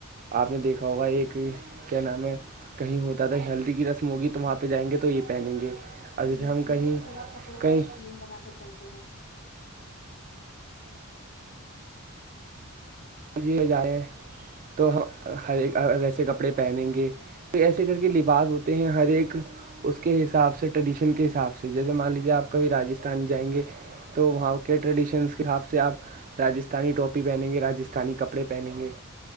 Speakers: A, on the right; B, on the left.
A: آپ نے دیکھا ہوگا ایک کیا نام ہے کہیں ہوتا تھا ہلدی کی رسم ہوگی تو وہاں پہ جائیں گے تو یہ پہنیں گے اور جیسے
B: جی
A: ہم
B: جی
A: کہیں
B: وہ پورا کپڑوں
A: کہیں
B: کا ایک تھیم بنا کے چلتے ہیں
A: ی جائیں تو ہم ہر ویسے کپڑے پہنیں گے ایسے کر کے لباس ہوتے ہیں ہر ایک اس کے حساب سے ٹریڈیشن کے حساب سے جیسے مان لیجیے آپ کبھی راجستھان جائیں گے تو وہاں کے ٹریڈیشنس کے حساب سے آپ راجستھانی ٹاپی پہنیں گے راج راستھانی کپڑے پہنیں گے